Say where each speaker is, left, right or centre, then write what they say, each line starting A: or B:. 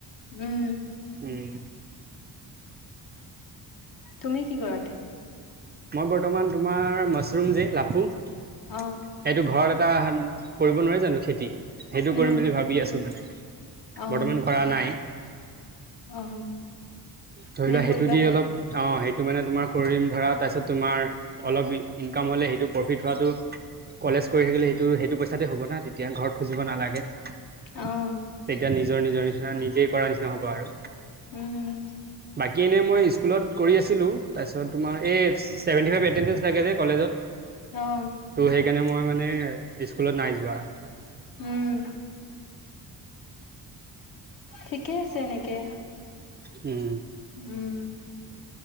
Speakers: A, on the left; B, on the right.
A: উম,
B: উম'।
A: তুমি কি কৰা এতিয়া?
B: মই বৰ্তমান তোমাৰ মাছৰুম যে লাফো? এইটো
A: অ',
B: ঘৰত এটা কৰিব নোৱাৰে জানো খেতি সেইটো
A: উম,
B: কৰিম বুলি ভাবি আছো মানে।
A: অ',
B: বৰ্তমান কৰা নাই।
A: অ',
B: ধৰি
A: মানে
B: লোৱা
A: কৰিবাহে
B: সেইটো দি অলপ অ', সেইটো মানে তোমাৰ কৰিম ধৰা তাৰপিছত তোমাৰ অলপ ইনকাম হলে সেইটো প্ৰফিট হোৱাটো কলেজ কৰি থাকিলে সেইটো সেইটো পইচাতে হ'ব না, তেতিয়া ঘৰত খুজিব নালাগে। তেতিয়া
A: অ',
B: নিজৰ-নিজৰ নিচিনা নিজেই কৰ নিচিনা হ'ব আৰু।
A: উম,
B: বাকী এনে মই স্কুলত কৰি আছিলো। তাৰপিছত তোমাৰ এই ছেভেন্তি ফাইভ এতেন্দেঞ্চ লাগে যে কলেজত,
A: অ',
B: সেইকাৰণে মই মানে স্কুলত নাই যোৱা।
A: উম'। ঠিকে আছে এনেকে।
B: উম'।
A: উম'।